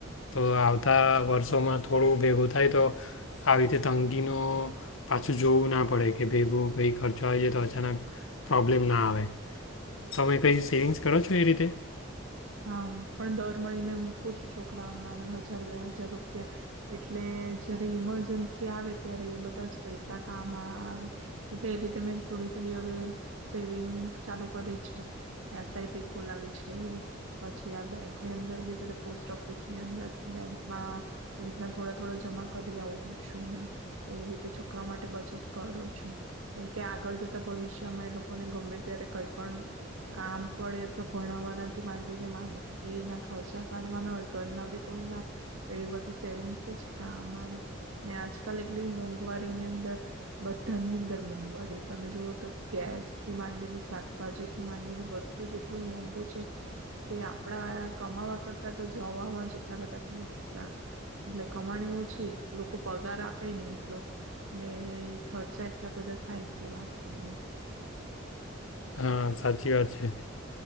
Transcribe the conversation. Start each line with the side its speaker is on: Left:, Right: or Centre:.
Left: તો આવતા વર્ષોમાં થોડું ભેગું થાય તો આવી રીતે ત નો પાછું જોવું ના પડે કે ભેગું કઈ ખર્ચો આવે જાય તો અચાનક પ્રોબ્લેમ ના આવે, તો તમે કઈ સેવિંગ્સ કરેલછે એ રીતે
Right: હા, પણ દર મહિને મૂકું છું છોક છોકરાઉન નામે હજાર બે હજાર રૂપિયા એટલે જયારે ઈમરજન્સી આવે ત્યારે એ બધા જ પૈસા કામ આવે એટલે એ રીતે મેં થોડી થોડી હવે સેવિંગ ચાલુ કરી છે એસઆઈપી ખોલાવી છે પછી આ બેંકની અંદર બી બધા પોસ્ટ ઓફિસની અંદર બેંકમાં એવી રીતના થોડા થોડા જમા કરી આવું છું એ રીતે છોકરાઓ માટે બચત કરું છું, કેમ કે આગળ જતા ભવિષ્યમાં એ લોકોને ગમે ત્યારે કઈ પણ કામ પડે અથવા ભણાવવાના થી ભણાવવાથી માડી માંદગી ના ખર્ચા કાઢવાના હોય ઘરના બી કોઈના તો એ બધું સેવિંગ્સ જ કામ આવે ને આજકાલ એટલી મોંઘવારીની અંદર બધાની અંદર મોંઘવારી તમે જુઓ તો ગેસ થી માંડીને, શાકભાજી થી માંડીને બધું જ એટલું મોંઘું છે આપડા કમાવા કરતા તો જવામાં જેટલા બધા પ સા એટલે કમાણી ઓછી, લોકો પગાર આપે ની એટલો, ને ખર્ચા એટલા બધા થાય કે વાતની.
Left: હા સાચી વાત છે.